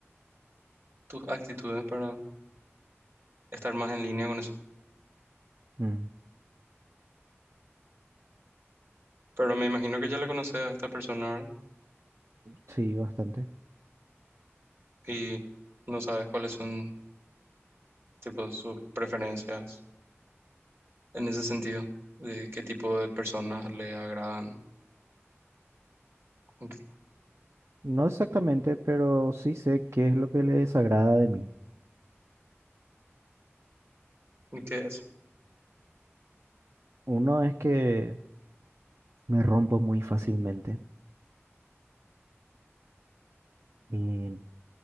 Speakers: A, on the right (about 55°); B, on the right (about 70°).
A: tus actitudes para estar más en línea con eso.
B: Mm.
A: Pero me imagino que ya la conoces a esta persona, ¿verdad?
B: Sí, bastante.
A: Y no sabes cuáles son, tipo, sus preferencias en ese sentido, de qué tipo de personas le agradan y qué
B: No exactamente, pero sí sé qué es lo que le desagrada de mí.
A: y qué es.
B: Uno es que me rompo muy fácilmente y